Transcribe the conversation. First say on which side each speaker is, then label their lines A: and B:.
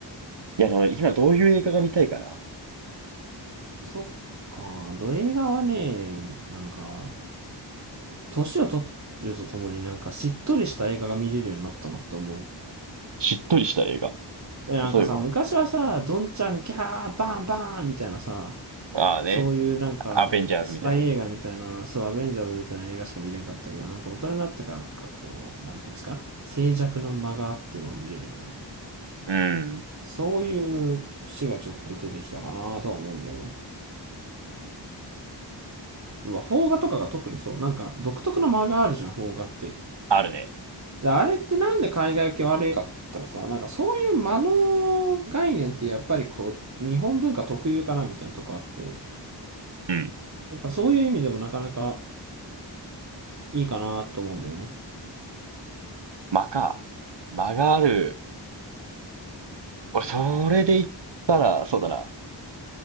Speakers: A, on the right (about 70°); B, on the right (about 40°).
A: いやでも今どういう映画が見たいかな。
B: そっか、ド映画はね、なんか、年を取ってるとともになんかしっとりした映画が見れるようになったなと思う。
A: しっとりした映画。
B: え、なんかさ、
A: 例えば。
B: 昔はさ、どんちゃんキャーバンバンみたいなさ、
A: ああね。
B: そういうなんか、
A: アベンジャーズみたいなね。
B: スパイ映画みたいな、そう、アベンジャーズみたいな映画しか見れんかったけど、なんか大人になってからなんかこう、なんていうんですか、静寂の間があっても見れるみたいな。
A: うん。
B: そういう節がちょっと出てきたかなとは思うんだよね。まあ、邦画とかが特にそう、なんか独特の間があるじゃん、邦画って。
A: あるね。
B: で、あれってなんで海外系け悪いかって言ったらさ、なんかそういう間の概念ってやっぱりこう、日本文化特有かなみたいなとこあって、
A: うん。
B: やっぱそういう意味でもなかなかいいかなと思うんだよね。
A: 間か。間がある。俺、それで言ったら、そうだな。